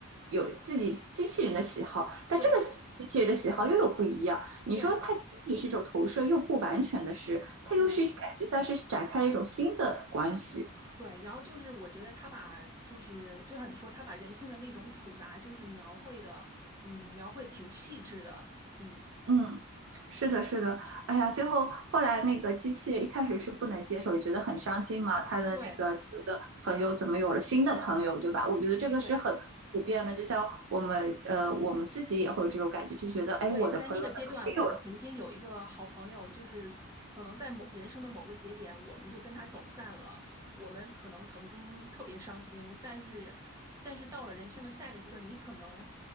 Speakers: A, on the right; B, on the right.
A: 有自己机器人的喜好，但这个机器人的喜好又有不一样。
B: 对
A: 你说它仅仅是一种投射，
B: 对
A: 又不完全的是，它又是感觉像是展开了一种新的关系。
B: 对对，然后就是我觉得他把就是就像你说，他把人性的那种复杂，就是描绘的，嗯，描绘的挺细致的，嗯，
A: 嗯，是的，是的。哎呀，最后后来那个机器人一开始是不能接受，也觉得很伤心嘛。他的那个旧的朋友怎么有了新的朋友，
B: 对
A: 对吧？我觉得这个是很。
B: 对。
A: 普遍的，就像我们呃，我们自己也会有这种感觉，就觉得，哎，
B: 对，
A: 我的朋友怎么没有
B: 在那个阶段，我们曾经有一个好朋友，就是可能在某人生的某个节点，我们就跟他走散了。我们可能曾经特别伤心，但是，但是到了人生的下一个阶段，你可能